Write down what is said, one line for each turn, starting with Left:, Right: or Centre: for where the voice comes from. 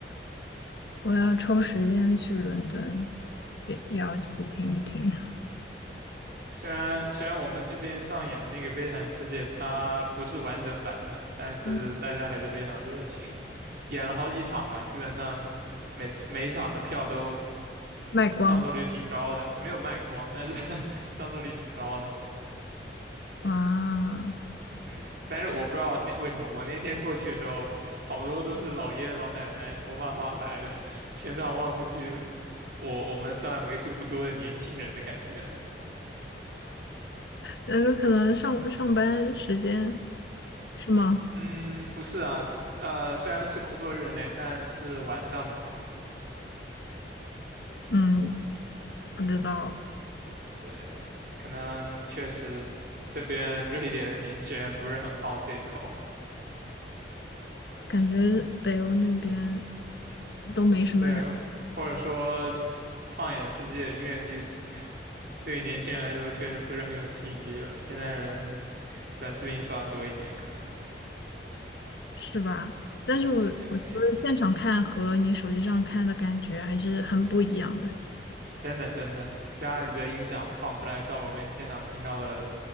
Left: 我要抽时间去伦敦，也也要去听一听。
Right: 虽然虽然我们这边上演的那个《悲惨世界》它不是完整版的，但是大家还是非常热情，
Left: 嗯
Right: 演了好几场嘛，基本上每次每一场的票都
Left: 卖光
Right: 上座率挺高的，没有卖光，但是 <laughs> 上座率挺高的。
Left: 啊，
Right: 嗯，但是我不知道那为什么，我那天过去的时候，好多都是老爷爷老奶奶，头发花白的，全场望过去，我我们算为数不多的年轻人的感觉。
Left: 那个可能上上班时间是吗？
Right: 嗯，不是啊，呃，虽然是工作日内，但是晚上的场，
Left: 嗯，不知道，
Right: 对，可能确实这边瑞典的年轻人不是很好这一口，
Left: 感觉北欧那边都没什么人，
Right: 对，或者说放眼世界，音乐剧对于年轻人来说确实不是很有吸引力吧，现在人短视频刷的多一点，可能，
Left: 是吧？但是我我觉得现场看和你手机上看的感觉还是很不一样的。
Right: 对，真的真的，家里的音响放出来的效果跟现场听到的